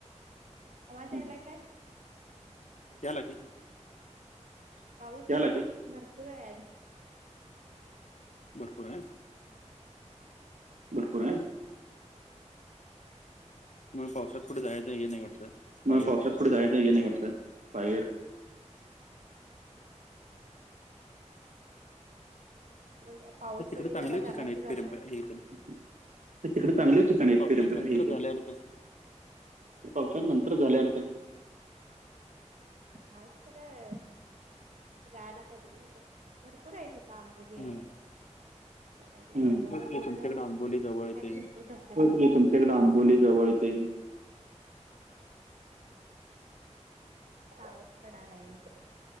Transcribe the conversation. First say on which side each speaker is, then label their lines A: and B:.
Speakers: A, on the right; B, on the left.
A: आवाज यायलाय काय.
B: याला की
A: पाऊस भरपूर आहे आज.
B: भरपूर आहे.
A: भरपूर आहे.
B: मग पावसात कुठे जायचं हे नाही वाटतं. बाहेर
A: म पावसात. कुठे जायचं की नाही वाटतं बाहेर. बघया पाऊस
B: तिकडे
A: कमी
B: चांगले
A: जरा झाला
B: ठिकाण
A: की
B: आहेत
A: जातात.
B: फिर हे ते
A: नाय तिकडे चांगले ठिकाण आहेत
B: पावसात
A: पेरबथ
B: नंतर
A: हे तेन.
B: झाल्यानंतर
A: पावसात नंतर झाल्या वाढतं. आहे खरं जायला पाहिजे ना तिथं. भरपूर आहे तिथं आंबोली
B: हो
A: आहे मुरगुड
B: तिकडे तुमच्याकडे
A: जवळ
B: आंबोली
A: कुठले. होय
B: जवळ येते
A: कि तुमच्याकडे
B: हम्म
A: आंबोली जवळच आहे. सावत कडा आहे.